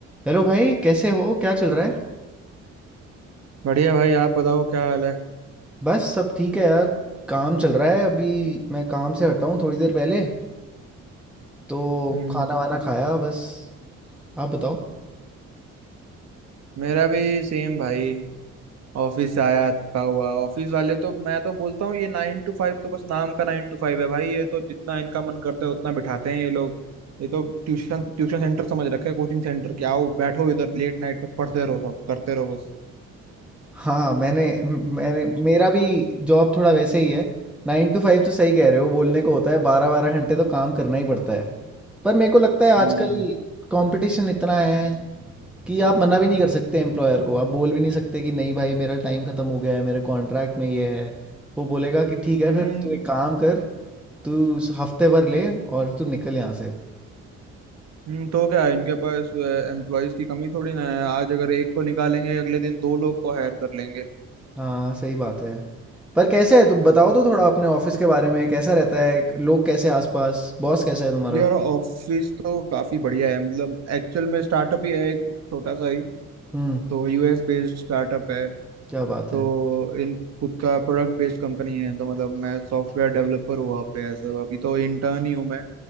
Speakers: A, in the centre; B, on the right.
A: Hello भाई कैसे हो क्या चल रहा है
B: बढ़िया भाई आप बताओ क्या हाल है
A: बस सब ठीक है यार काम चल रहा है अभी मैं काम से हटा हूँ थोड़ी देर पहले तो
B: हम्म
A: खाना वाना खाया बस आप बताओ
B: मेरा भी सेम भाई ऑफिस से आया थका हुआ ऑफिस वाले तो मैं तो बोलता हूँ ये नाइन टू फाइव तो बस नाम का नाइन टू फाइव है भाई ये तो जितना इनका मन करता है उतना बिठाते हैं ये लोग ये तो ट्यूशन ट्यूशन सेंटर समझ रखे कोचिंग सेंटर के आओ बैठो इधर लेट नाइट तक पढ़ते रहो सब करते रहो बस
A: हाँ मैंने मैंने मेरा भी जॉब थोड़ा वैसे ही है नाइन टू फाइव तो सही कह रहे हो बोलने को होता है बारह बारह घंटे तो काम करना ही पड़ता है पर मेरे को लगता है आजकल
B: हम्म
A: कंपटीशन इतना है कि आप मना भी नहीं कर सकते एम्प्लॉयर को आप बोल भी नहीं सकते कि नहीं भाई मेरा टाइम ख़त्म हो गया है मेरे कॉन्ट्रैक्ट में ये है वो बोलेगा कि ठीक है
B: हम्म
A: फिर तू एक काम कर तू हफ्ते भर ले और तू निकल यहाँ से
B: हम्म, तो क्या है, इनके पास एम्प्लॉयज की कमी थोड़ी ना है आज अगर एक को निकालेंगे अगले दिन दो लोग को हायर कर लेंगे
A: हाँ सही बात है पर कैसे है तुम बताओ तो थोड़ा अपने ऑफिस के बारे में कैसा रहता है लोग कैसे हैं आसपास बॉस कैसा है तुम्हारा
B: यार ऑफिस तो काफी बढ़िया है मतलब एक्चुअल में स्टार्टअप ही है एक छोटा सा ही
A: हम्म
B: तो यूएस बेस्ड स्टार्टअप है
A: क्या बात
B: तो
A: है
B: इन खुद का प्रोडक्ट बेस्ड कंपनी है तो मतलब मैं सॉफ्टवेयर डेवलपर हूँ वहाँ पे एज अभी तो इंटर्न ही हूँ मैं